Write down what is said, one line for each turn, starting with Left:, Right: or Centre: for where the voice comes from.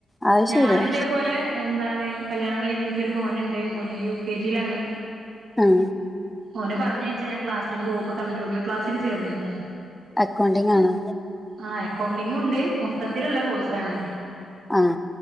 Centre: അത്
Right: ഞാന്
Centre: ശരിയാ
Right: ഇതേപോലെ എന്താണ്, കല്യാണം കഴിഞ്ഞ് ഇൻക്കൊരു മോന്ണ്ട്. ഓന് യു കെ ജി ലാണ്.
Centre: ഉം
Right: ഓനെ പറഞ്ഞയച്ചാ ഞാൻ ക്ലാസിന് പോവും. ഇപ്പൊ കമ്പ്യൂട്ടർ ക്ലാസ്സ്‌ന് ചേർന്ന്ക്ക്ണ്.
Centre: അക്കൗണ്ടിങ്ങാണ്.
Right: ആഹ് അക്കൗണ്ടിങ്ങും ണ്ട്, മൊത്തത്തിലുള്ള കോയ്സാണ്.
Centre: ആഹ